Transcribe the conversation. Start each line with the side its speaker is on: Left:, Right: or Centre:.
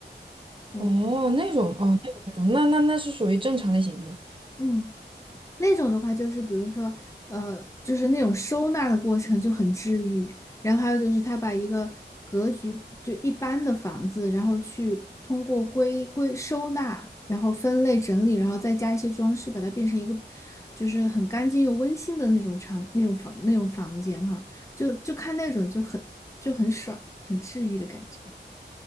Left: 嗯
Right: 哦，那种哦，那种那种，那那那是属于正常类型的。
Left: 嗯，那种的话，就是比如说，呃，就是那种收纳的过程就很治愈。然后还有就是，他把一个格局就一般的房子，然后去通过归归收纳，然后分类整理，然后再加一些装饰，把它变成一个就是很干净又温馨的那种场那种房那种房间哈。就就看那种就很就很爽，很治愈的感觉。